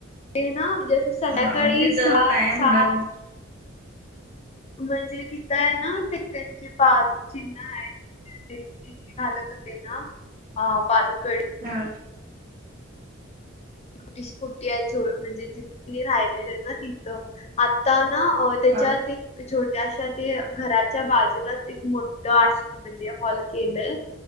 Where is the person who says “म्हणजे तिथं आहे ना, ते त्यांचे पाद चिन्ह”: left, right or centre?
Left